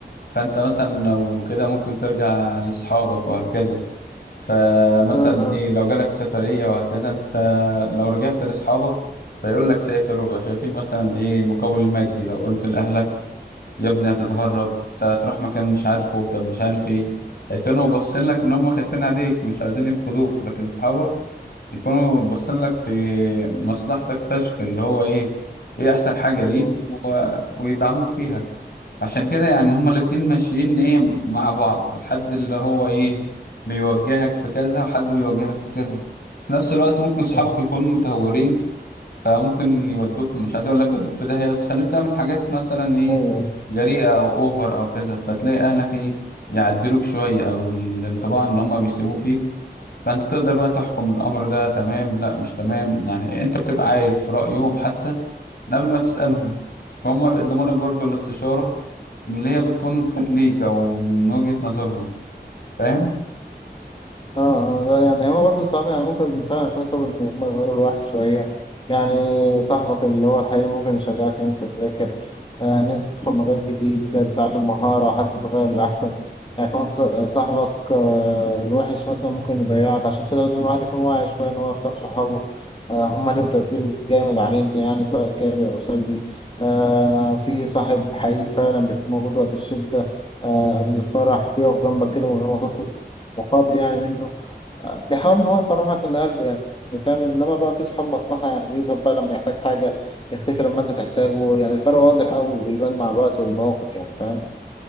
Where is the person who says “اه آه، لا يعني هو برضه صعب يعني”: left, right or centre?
Left